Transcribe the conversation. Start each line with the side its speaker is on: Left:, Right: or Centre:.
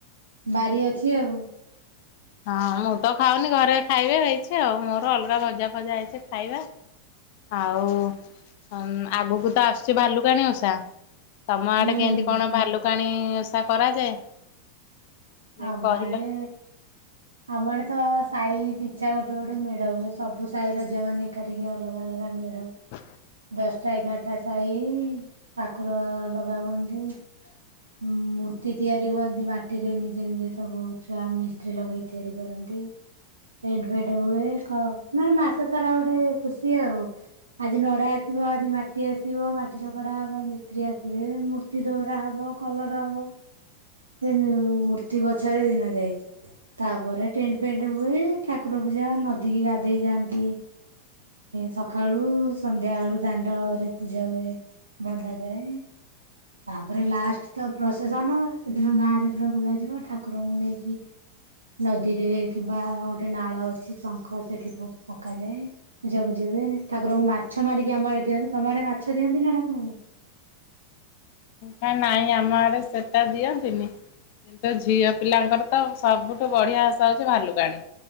Right: ବାରି ଅଛି ଆଉ।
Left: ହଁ ମୁଁ ତ ଖାଉନି ଘରେ ଖାଇବେ ହେଇଛି ଆଉ ମୋର ଅଲଗା ଭଜା ଫଜା ହେଇଛି ଖାଇବା। ଆଉ ଆଗକୁ ତ ଆସୁଛି ଭାଲୁକାଣୀ ଓସା ତମ ଆଡେ
Right: ହୁଁ
Left: କେମିତି କଣ ଭାଲୁକାଣି ଓସା କରାଯାଏ? ଦେଇ
Right: ଆମ
Left: କହିଲେ।
Right: ଆଡ଼େ ଆମ ଆଡ଼େ ତ ସାହି ପିଛା ଗୋଟେ ଗୋଟେ ମେଢ଼ ହୁଏ ସବୁ ସାହି ର ଝିଅ ମାନ ଏକାଠିକି ଅଲଗା ଅଲଗା ମେଳ
Left: ହ
Right: ଦଶଟା ଏଗାରଟା ସହି ଠାକୁର ଲଗାବନ୍ତି। ମୂର୍ତ୍ତି ତିଆରି ହୁଅନ୍ତି ମାଟିରେ ନିଜେ ନିଜେ ସବୁ ଛୁଆ ମିସ୍ତ୍ରୀ ଲଗେଇ ତିଆରି କରନ୍ତି। ଟେଣ୍ଟ ଫେଣ୍ଟ ହୁଏ କଣ ମାନେ ମାସ ସାରା ଗୋଟେ ଖୁସି ଆଉ। ଆଜି ନଡା ଆସିବ ଆଜି ମାଟି ଆସିବ ମାଟି ଚକଡା ହବ ମିସ୍ତ୍ରୀ ଆସିବେ ମୂ ମୂର୍ତି ଦରା ହବ କଲର ହବ ସେ ମୂର୍ତ୍ତି ପଛରେ ଦିନ ଯାଏ ତାପରେ ଟେଣ୍ଟ ଫେଣ୍ଟ ହୁଏ ଠାକୁର ପୂଜା ନଦୀ କିି ଗାଧେଇ ଯାଆନ୍ତି। ସକାଳୁ ସନ୍ଧ୍ୟାବେଳୁ ଦାଣ୍ଡରେ ପୂଜା ହୁଏ। ବନ୍ଦା ଯାଏ। ତାପରେ ଲାଷ୍ଟ ତ ପ୍ରଶେସନ ସେଦିନ ଗାଁ ରେ ପୁରା ବୁଲାଯିବ ଠାକୁରଙ୍କୁ ନେଇକି। ନଦୀରେ କିମ୍ବା ଗୋଟେ ନାଳ ଅଛି ଶଙ୍ଖ ସେଠି ପକାଯାଏ। ପୂଜା ପୂଜି ହୁଏ ଠାକୁଙ୍କୁ ମାଛ ମାରିକି ଆମ ଆଡେ ଦିଅନ୍ତି ତମ ଆଡେ ମାଛ ଦିଅନ୍ତି ନା ଠାକୁରଙ୍କୁ।
Left: କାଇ ନାଇଁ ଆମ ଆଡେ ସେଟା ଦିଅନ୍ତିନି କିନ୍ତୁ ଝିଅ ପିଲାଙ୍କର ତ ସବୁଠୁ ବଢିଆ ଆଷା ହଉଛି ଭାଲୁକାଣିୀ